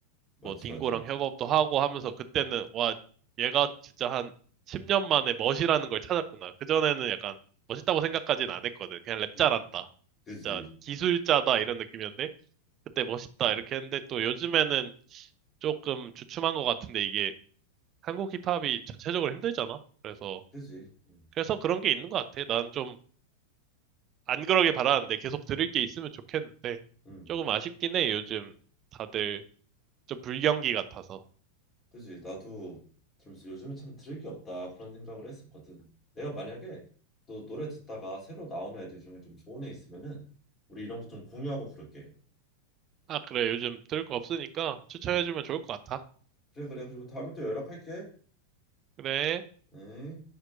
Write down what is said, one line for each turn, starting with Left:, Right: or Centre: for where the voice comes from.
Left: 맞지
Right: 뭐 딩고랑
Left: 맞지 맞지.
Right: 협업도 하고 하면서 그때는 와 얘가 진짜 한 10년 만에 멋이라는 걸 찾았구나. 그전에는 약간 멋있다고 생각까지는 안 했거든. 그냥 랩
Left: 응,
Right: 잘한다.
Left: 그지?
Right: 진짜 기술자다 이런 느낌이었는데 그때 멋있다 이렇게 했는데 또 요즘에는 조금 주춤한 것 같은데 이게 한국 힙합이 전체적으로 힘들잖아. 그래서
Left: 그지? 응,
Right: 그래서 그런 게 있는 것 같아. 난좀 안 그러길 바라는데 계속 들을 게 있으면 좋겠는데
Left: 응.
Right: 조금 아쉽긴 해. 요즘 다들 좀 불경기 같아서.
Left: 그지 나도 들으면서 요즘에 참 들을 게 없다 그런 생각을 했었거든. 내가 만약에 또 노래 듣다가 새로 나오는 애들 중에 좀 좋은 애 있으면은 우리 이런 거 좀 공유하고 그럴게.
Right: 아, 그래. 요즘 들을 거 없으니까 추천해주면
Left: 응.
Right: 좋을 것 같아.
Left: 그래 그래 그리고 다음에 또 연락할게.
Right: 그래.
Left: 응.